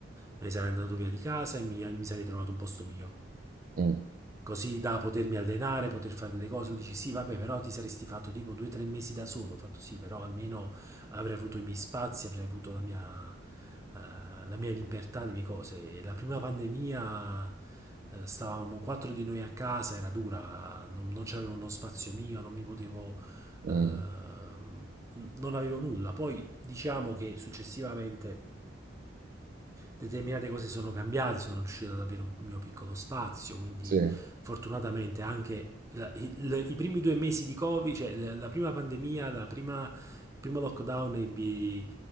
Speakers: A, on the right (about 15°); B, on the right (about 45°).
A: me ne sarei andato via di casa e mi, mi sarei trovato un posto mio
B: Mm,
A: così da potermi allenare, poter fare delle cose. Tu dici sì, vabbè, però ti saresti fatto tipo due o tre mesi da solo. Ho fatto sì, però almeno avrei avuto i miei spazi, avrei avuto la mia, eh, la mia libertà, le mie cose. E la prima pandemia eh, stavamo quattro di noi a casa, era dura, non, non c'avevo uno spazio mio, non mi potevo...
B: mm,
A: eh, non avevo nulla. Poi diciamo che successivamente determinate cose sono cambiate, sono riuscito ad avere un mio piccolo spazio, quindi
B: sì.
A: fortunatamente anche la- il- i primi due mesi di Covid, cioè la, la prima pandemia, la prima, il primo lockdown ebbi,